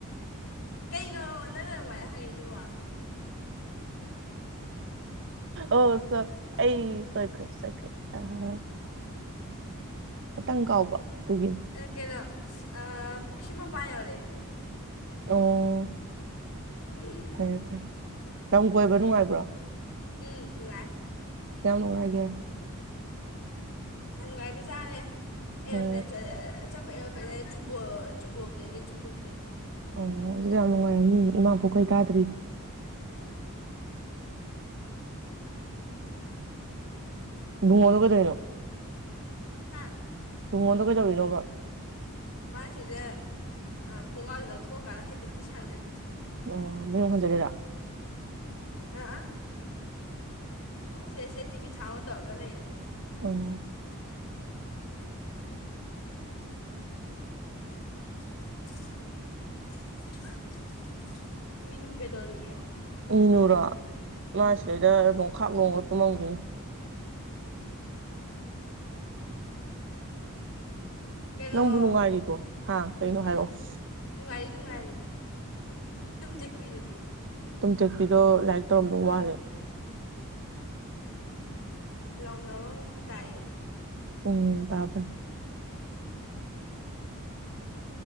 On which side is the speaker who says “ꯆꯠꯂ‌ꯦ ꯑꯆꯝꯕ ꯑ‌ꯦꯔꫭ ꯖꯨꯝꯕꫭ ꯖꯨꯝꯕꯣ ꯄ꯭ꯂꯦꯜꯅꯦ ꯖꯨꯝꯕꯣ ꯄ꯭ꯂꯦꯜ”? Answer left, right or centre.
Left